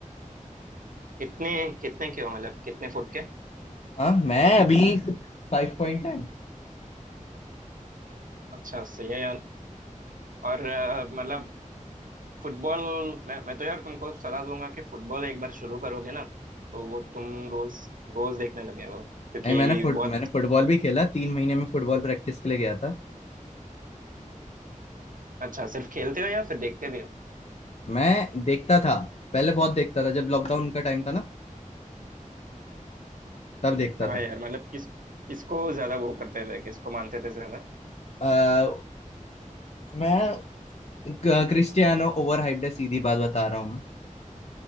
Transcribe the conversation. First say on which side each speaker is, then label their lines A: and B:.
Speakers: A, on the right; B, on the left.
A: कितने कितने के हो मतलब कितने फुट के
B: हाँ मैं अभी फाइव पॉइंट टाइम
A: अच्छा सही है यार और अ, मतलब फुटबॉल मैं मैं तो यार तुमको सलाह दूंगा कि फुटबॉल एक बार शुरू करोगे ना तो वो तुम रोज रोज देखने लगे वो क्योंकि
B: नहीं मैंने फुट
A: बहुत
B: मैंने फुटबॉल भी खेला तीन महीने में फुटबॉल प्रैक्टिस के लिए गया था
A: अच्छा सिर्फ खेलते हो या फिर देखते भी हो
B: मैं देखता था पहले बहुत देखता था जब लॉकडाउन का टाइम था ना तब देखता
A: हाँ
B: था
A: यार मतलब किस किसको ज्यादा वो करते थे किसको मानते थे ज्यादा
B: अ, मैं क- क्रिस्टियानो ओवर हाइप्ड है सीधी बात बता रहा हूँ मैं